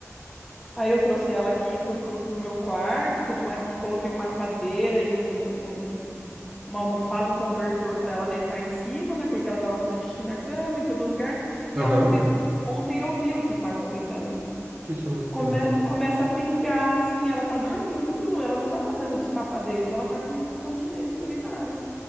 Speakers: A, in the centre; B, on the right.
A: Aí eu trouxe ela aqui pro, pro, pro meu quarto e tudo mais, coloquei uma cadeira e um, um- uma almofada, um cobertor para ela deitar em cima, né? Porque ela tava fazendo xixi na cama, em todo lugar. E
B: aham.
A: a ontem,
B: O
A: ontem eu vi o que tá acontecendo.
B: que que ela tem?
A: Come- começa a pingar, assim, ela tá dormindo, ela não tá fazendo de safadeza, ela tá com incontinência urinária,